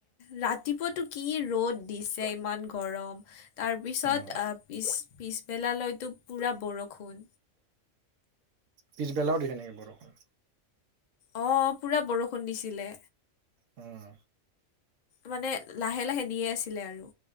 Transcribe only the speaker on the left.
ৰাতিপুৱা তো কি ৰ'দ দিছে! ইমান গৰম? তাৰপিছত
আ', পিছ পিছবেলালৈতো পোৰা বৰষুণ।
অ', পুৰা বৰষুণ দিছিলে।
মানে লাহে লাহে দিয়ে আছিলে আৰু।